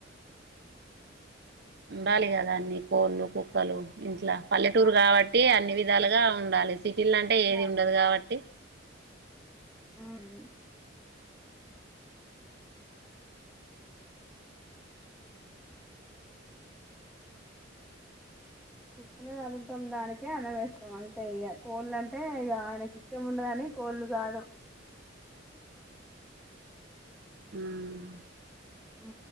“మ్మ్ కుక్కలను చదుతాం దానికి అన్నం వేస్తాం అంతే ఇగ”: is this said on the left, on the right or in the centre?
Centre